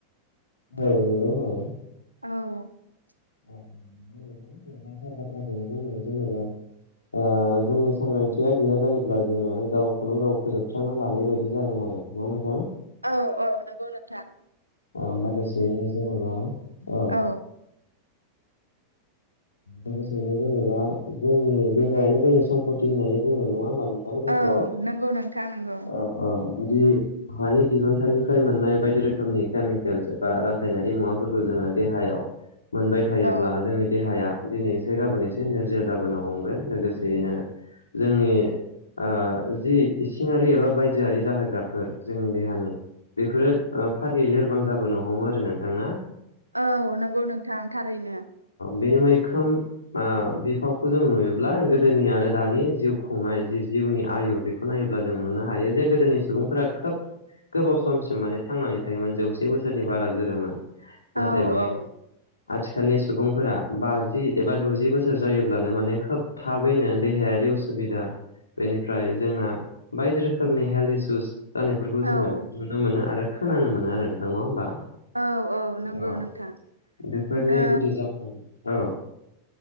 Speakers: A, on the left; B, on the right.
A: औ नंगौ औ
B: औ
A: नंगौ नोंथां नोंथांआ थार बाथ्राखौनो बुंदों जेनेबा। ओ जोंनि सांग्रांथिया गैया जायोब्ला जोङो गावखौनो-गाव फोजोबस्रांना लानाय बायदि जागोन आरो ना नोंथां?
B: औ-औ नंगौ नोंथां।
A: ओ माखासेनि जेनेबा ओ।
B: औ
A: लोगोसेयैनो जेनेबा जोंनि देहायानो जोंनि समपति होननानै बुङो नङा होमबा नों
B: औ नंगौ नोंथां नंगौ
A: ओ-ओ बिदि हानि दिहुनथाइनिफ्राय मोननाय बायदि रोखोमनि केमिकेल्स एबा रासायनारि मुवाफोरखौ जों देहायाव मोनबाय थायोब्ला
B: औ
A: जोंनि हाया दिनै इसे गाबोन एसे नोरजिया जाबोनो हमगोन लोगोसेयैनो जोंनि ओ जि इसिंङारि एबा बायजोआरि जाहोग्राफोर जोंनि देहानि बेफोरो ओ फारियै लोरबां जाबोनो हमो आरो नोंथां ना?
B: औ नंगौ नोंथां थारैनो।
A: बेनि मैखोम ओ बिफावखौ जों नुयोब्ला गोदोनि आरो दानि जिउ खुंनाय जि जिउनि आयु बेखौ नायोब्ला जों नुनो हायो जे गोदोनि सुबुंफोरा खोब गोबाव समसिम माने थांनानै थायोमोन जौसे बोसोरनि बारा जोरोमोन। नाथायबा
B: औ-औ।
A: आथिखालनि सुबुंफोरा बाजि एबा द'जि बोसोर जायोब्लानो माने खोब थाबैनो देहायारि उसुबिदा बेनिफ्राय जोंना बायदि रोखोमनि हेल्थ इसुस जानायफोरखौ
B: औ
A: जोङो नुनो मोनो आरो खोनानो मोनो आरो नोंथां नङा होमबा?
B: औ नंगौ
A: औ
B: नोंथां
A: बेफोरनि
B: ओ
A: गुदि जाहोन औ।